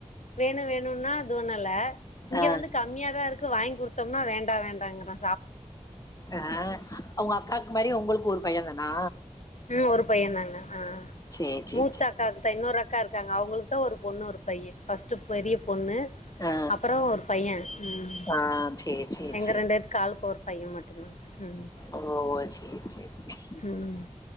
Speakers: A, on the left; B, on the left.
A: வேணும் வேணும்ன்னா அது ஒண்ணுல்ல இங்க
B: ஆ
A: வந்து கம்மியாதான் இருக்கு வாங்கி கொடுத்தாம்னா வேண்டாம் வேண்டாங்கறாங்க
B: அ அவ்ங்க அக்காக்கு மாரி உங்ளுக்கு ஒரு பையன் தானா
A: ம் ஒரு பையன் தாங்க ஆ
B: சேரி
A: மூத்தக்காக்
B: சேரி சேரி சேரி
A: மூத்த இன்னோரு அக்கா இருக்காங்க அவுங்களுக்கு தான் ஒரு பொண்ணு ஒரு பையன் ஃபஸ்ட்டு பெரிய பொண்ணு
B: ஆ
A: அப்புறோம் ஒரு பையன் ம்
B: ஆ சேரி சேரி
A: எங்க
B: சேரி
A: ரெண்டு பேத்துக்கு ஆலுக்கு ஒரு பையன் மட் டும்தான் ம்
B: ஓ சேரி சேரி
A: ம்